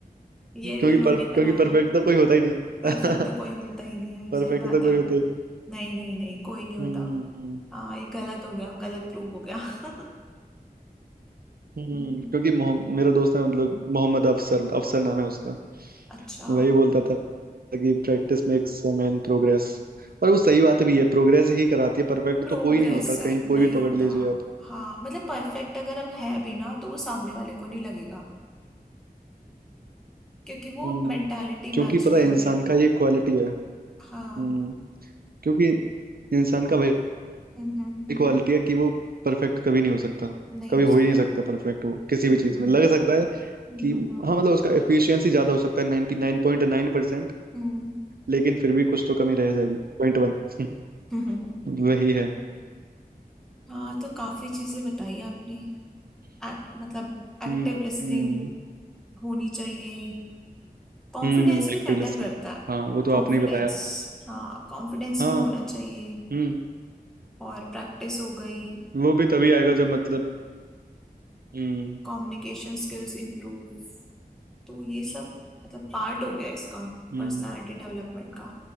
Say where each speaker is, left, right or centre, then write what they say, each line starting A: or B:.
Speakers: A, in the centre; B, on the right (about 70°).
A: ये भी
B: पर,
A: उन्होंने ही बनाया
B: क्योंकि
A: है
B: परफेक्ट तो कोई होता ही नहीं
A: परफेक्ट
B: <laughs>
A: तो कोई होता ही नहीं है
B: परफेक्ट
A: सही बात
B: तो कोई
A: है
B: होता ही
A: नहीं नहीं नहीं कोई नहीं होता
B: हम्म
A: हाँ ये गलत हो गया गलत प्रूव हो गया <laughs>
B: हम्म
A: हम्म,
B: क्योंकि मोह- मेरा दोस्त है मतलब मोहम्मद अफसर अफसर नाम है उसका
A: अच्छा
B: वही बोलता था कि practice makes a man progress और वो सही बात भी है प्रोग्रेस ही कराती है परफेक्ट
A: प्रोग्रेस
B: तो कोई नहीं होता
A: है
B: कहीं कोई
A: नहीं
B: भी पकड़
A: होता
B: लीजिए आप
A: हाँ मतलब परफेक्ट अगर हम है भी ना तो वो सामने वाले को नहीं लगेगा क्योंकि वो
B: हम्म
A: मेंटालिटी
B: क्योंकि
A: मैच
B: पता
A: नहीं
B: है
A: होगी
B: इंसान का ये क्वालिटी है
A: हाँ
B: हम्म क्योंकि इंसान का वही
A: हम्म हम्म, हम्म,
B: क्वालिटी है कि वो परफेक्ट कभी नहीं हो सकता
A: नहीं
B: कभी
A: हो
B: हो
A: सकता
B: ही नहीं सकता परफेक्ट वो किसी
A: हम्म
B: भी चीज में लग सकता है
A: हम्म
B: कि
A: हम्म
B: हाँ मतलब उसका एफिशिएंसी ज्यादा हो सकता है 99.9%
A: हम्म,
B: लेकिन फिर भी कुछ तो कमी रह जाएगी पॉइंट वन
A: हम्म,
B: <laughs>
A: <laughs>
B: वही है
A: हाँ तो काफी चीजें बताई आपने Act- मतलब एक्टिव
B: हम्म
A: लिसनिंग होनी चाहिए कॉन्फिडेंस
B: हम्म एक्टिव
A: भी मैटर
B: लिस्टिंग
A: करता है
B: हाँ वो तो
A: कॉन्फिडेंस
B: आपने ही बताया
A: हाँ कॉन्फिडेंस
B: हाँ
A: भी होना चाहिए
B: हम्म
A: और प्रैक्टिस हो गई
B: वो भी तभी आएगा जब मतलब हम्म
A: Communication skills improve तो ये सब मतलब पार्ट हो गया इसका
B: हम्म
A: पर्सनालिटी डेवलपमेंट का